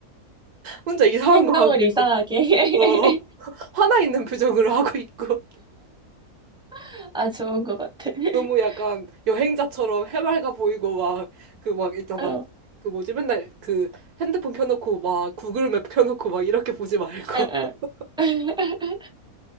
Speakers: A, on the right; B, in the centre.
A: 혼자 이상한
B: 행동을
A: 거 하고
B: 이상하게.
A: 있고, 어, <laughs> 화나 있는 표정으로 <laughs> 하고 있고.
B: <laughs> 아, 좋은 것 같아. <laughs>
A: 너무 약간 여행자처럼 해맑아 보이고, 막, 그 막 있잖아.
B: 어,
A: 그 뭐지, 맨날 그 핸드폰 켜놓고 막 구글맵 켜놓고 막 이렇게 보지 말고.
B: 에, 에.
A: <laughs>
B: <laughs>